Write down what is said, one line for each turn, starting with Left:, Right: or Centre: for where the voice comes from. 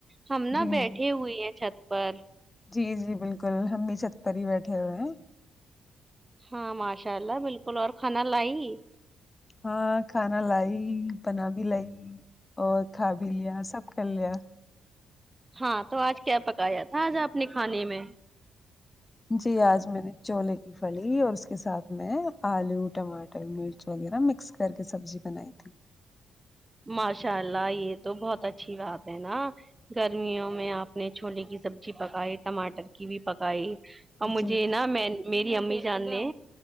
Right: ہم ناں
Left: جی
Right: بیٹھی
Left: جی
Right: ہوئی ہیں چھت پر
Left: جی جی بالکل ہم بھی چھت پر ہی بیٹھے ہوئے ہیں
Right: ہاں ماشاء اللہ بالکل اور کھانا لائی
Left: ہاں کھانا لائی بنا بھی لائی اور کھا بھی لیا سب کر لیا
Right: ہاں تو آج کیا پکایا تھا آج آپ نے کھانے میں
Left: جی آج میں نے چولے کی پھلی اور اس کے ساتھ میں آلو ٹماٹر مرچ وغیرہ مکس کر کے سبزی بنائی تھی
Right: ماشاء اللہ یہ تو بہت اچھی بات ہے نہ گرمیوں میں آپ نے چھولے کی سبزی پکائی ٹماٹر کی بھی پکائی اور مجھے
Left: جی
Right: نہ میں میری امی جان نے